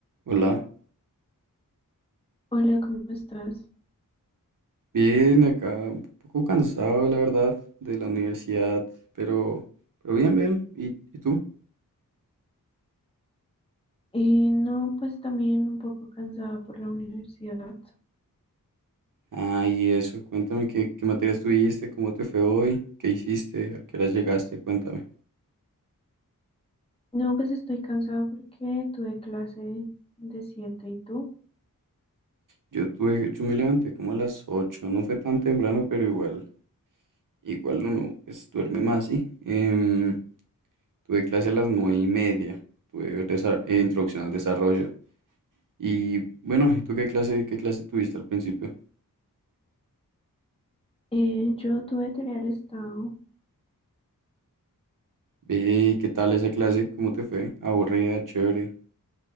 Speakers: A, on the right (about 65°); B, on the left (about 15°).
A: Hola,
B: Hola, ¿cómo estás?
A: bien acá, un poco cansado la verdad de la universidad, pero, pero bien, bien. ¿Y, y tú?
B: Eh, no, pues también un poco cansada por la universidad.
A: Ah, y eso, cuéntame qué, qué materias tuviste, cómo te fue hoy, qué hiciste, a qué horas llegaste, cuéntame.
B: No, pues estoy cansada porque tuve clase de siete y tú.
A: Yo tuve, yo me levanté como a las 8. no fue tan temprano, pero igual, igual uno pues duerme más, ¿sí? Em, tuve clase a las nueve y media, tuve desa- eh, introducción al desarrollo. Y bueno, ¿y tú qué clase, qué clase tuviste al principio?
B: Eh, yo tuve teoría del Estado.
A: Ve, ¿y ¿qué tal esa clase? ¿Cómo te fue? Aburrida, chévere.